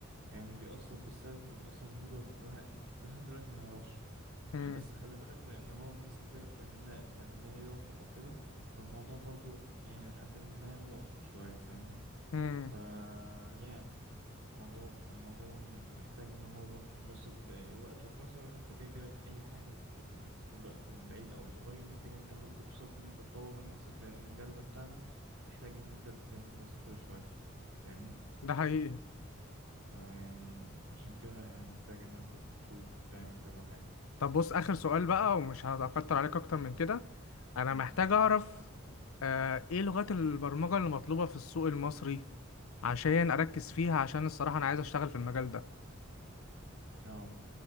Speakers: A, on the right (about 75°); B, on the left (about 85°).
A: يعني بيأثر بالسلب بيأثر بموجب الواحد لحد دلوقتي ما يعرفش
B: مم،
A: بس خلي بالك لأن هو الناس كتيرة بتعمل لها تعمل لها لي اوف أو كده فالموضوع برضو يعني لحد ما مقلق شوية فاهمني
B: مم.
A: ف يعني موضوع موضوع محتاج ان هو برضه دراسة آه، وقت وفي نفس الوقت انت كده كده اي حاجة في ال... في الوقت البعيد او القريب محتاج ان انت تاخد كورسات ان انت تطور من نفسك لان المجال ده بتاعنا محتاج ان انت تجدد نفسك كل شوية فاهمني
B: ده حقيقي
A: فيعني عشان كده يعني محتاج ان انت تشوف وتعمل كذا حاجة
B: طب بص اخر سؤال بقى ومش هتكتر عليك اكتر من كده انا
A: مم.
B: محتاج اعرف آه ايه لغات البرمجه اللي مطلوبه في السوق المصري عشان اركز فيها عشان الصراحه انا عايز اشتغل في المجال ده
A: اه